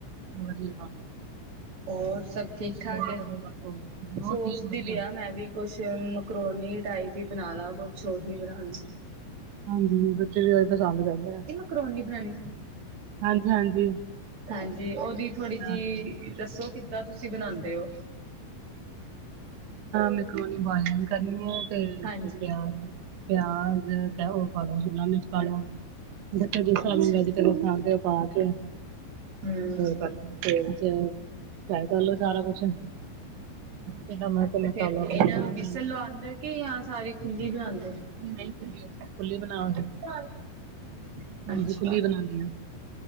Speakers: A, on the right; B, on the right.
A: <unintelligible>
B: ਹੋਰ ਸਭ ਠੀਕ
A: ਸੇਵਾ
B: ਠਾਕ ਐ
A: ਕਰੋ ਬਸ ਹੋਰ
B: ਸੋਚਦੀ
A: ਠੀਕ ਵਧੀਆ
B: ਪਈ
A: ਹੁੰਦੇ।
B: ਆ ਮੈਂ ਵੀ ਕੁਛ ਮਕਰੋਨੀ ਟਾਈਪ ਹੀ ਬਣਾ ਲਾ ਕੁਛ ਓਹੀ ਬਣਾਉਣਾ।
A: ਹਾਂਜੀ ਬੱਚੇ ਵੀ ਏਹੀ ਪਸੰਦ ਕਰਦੇ ਆ।
B: ਕਰੋਨੀ ਫਰਾਣੀ
A: ਹਾਂਜੀ ਹਾਂਜੀ
B: ਹਾਂਜੀ ਉਹਦੀ ਥੋੜੀ ਜਿਹੀ
A: ਨਾ ਨਾ
B: ਦੱਸੋ ਕਿੱਦਾਂ ਤੁਸੀਂ ਬਣਾਉਂਦੇ ਹੋ।
A: ਮੈਕਰੋਨੀ ਬੋਇਲਿੰਗ ਕਰਨੀ ਹੈ। ਤੇ
B: ਹਾਂਜੀ
A: ਫਿਰ ਪਿਆਜ ਪਿਆਜ ਤੇ ਉਹ ਪਾ ਲੋ ਸ਼ਿਮਲਾ ਮਿਰਚ ਪਾਲੋ <unintelligible>
B: ਅੱਛਾ
A: ਪਾ 'ਚ ਤੇਲ,
B: ਹੂੰ।
A: ਤੇਲ 'ਚ ਫਰਾਈ ਕਰ ਲੋ ਸਾਰਾ ਕੁਛ। ਤੇ ਨਮਕ
B: ਤੇ
A: ਮਸਾਲਾ
B: ਫੇਰ
A: ਆਪਣੇ
B: ਇਹਨਾਂ
A: ਹਿਸਾਬ
B: ਨੂੰ ਵਿਸਲ
A: ਨਾਲ
B: ਲਵਾਉਂਦੇ ਕਿ ਜਾਂ ਸਾਰੀ ਖੁੱਲੀ ਬਣਾਉਂਦੇ
A: ਨਹੀਂ ਨਹੀਂ ਖੁਲੀ ਬਣਾਉਗੇ।
B: <unintelligible>
A: ਹਾਂਜੀ
B: ਅੱਛਾ
A: ਖੁੱਲੀ ਬਣਾਉਂਦੀ ਆ।